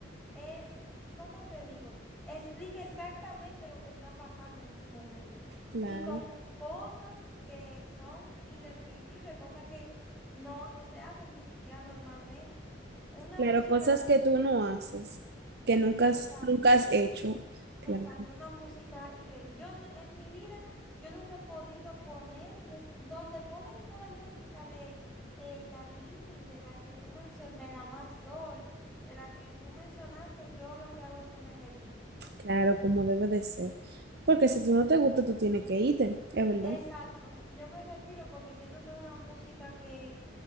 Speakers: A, in the centre; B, on the right.
A: es, ¿cómo te digo? Explica exactamente lo que está pasando en ese momento
B: Claro,
A: y con cosas que son indescriptibles, cosas que no, no se hacen ni siquiera normalmente. Es una
B: claro,
A: música...
B: cosas que tú no haces, que nunca has,
A: Exacto.
B: nunca has hecho. Claro.
A: Exacto, una música increíble. Yo no- en mi vida, yo nunca he podido poner, y es donde ponen una música de eh, Yailin, de la que tú mencionaste, de la más Doll, de la que tú mencionaste, yo lo que hago es que me retiro.
B: Claro, como debe de ser. Porque si tú no te gusta, tú tienes que irte, es verdad.
A: Exacto, yo me retiro porque siento que es una música que